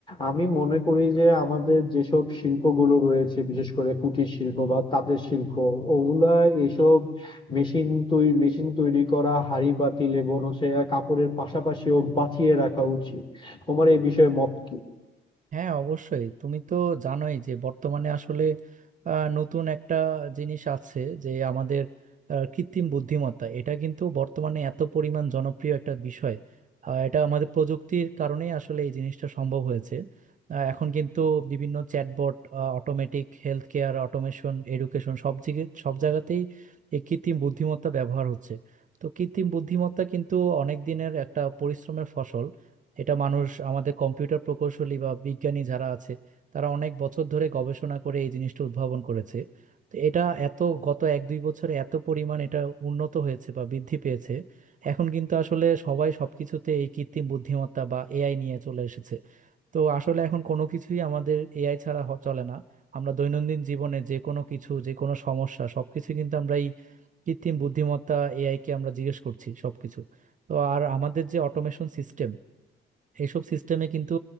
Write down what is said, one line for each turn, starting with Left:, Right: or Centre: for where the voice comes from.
Left: আমি মনে করি যে আমাদের যেসব শিল্পগুলো রয়েছে বিশেষ করে কুটির শিল্প বা তাঁতের শিল্প ওগুলা এসব মেশিন তৈরি মেশিন তৈরি করা হাঁড়ি পাতিল এবং সে কাপড়ের পাশাপাশিও বাঁচিয়ে রাখা উচিত তোমার এই বিষয়ে মত কি?
Right: হ্যাঁ অবশ্যই তুমি তো জানোই যে বর্তমানে আসলে আহ, নতুন একটা জিনিস আছে যে আমাদের আহ, কৃত্রিম বুদ্ধিমত্তা এটা কিন্তু বর্তমানে এত পরিমাণ জনপ্রিয় একটা বিষয় আহ, এটা আমাদের প্রযুক্তির কারণেই আসলে এই জিনিসটা সম্ভব হয়েছে আহ, এখন কিন্তু বিভিন্ন chatbot automatic health care automation education সব দিকে সব জায়গাতেই এই কৃত্রিম বুদ্ধিমত্তা ব্যবহার হচ্ছে তো কৃত্রিম বুদ্ধিমত্তা কিন্তু অনেক দিনের একটা পরিশ্রমের ফসল এটা মানুষ আমাদের কম্পিউটার প্রকৌশলী বা বিজ্ঞানী যারা আছে তারা অনেক বছর ধরে গবেষণা করে এই জিনিসটা উদ্ভাবন করেছে তো এটা এত গত এক দুই বছরে এত পরিমাণ এটা উন্নত হয়েছে বা বৃদ্ধি পেয়েছে এখন কিন্তু আসলে সবাই সবকিছুতে এই কৃত্রিম বুদ্ধিমত্তা বা এআই নিয়ে চলে এসেছে তো আসলে এখন কোনো কিছুই আমাদের এআই ছাড়া হ- চলে না আমরা দৈনন্দিন জীবনে যে কোনো কিছু যে কোনো সমস্যা সবকিছু কিন্তু আমরা এই কৃত্রিম বুদ্ধিমত্তা এআই কে আমরা জিজ্ঞেস করছি সবকিছু তো আর আমাদের যে অটোমেশন সিস্টেম এইসব সিস্টেমে কিন্তু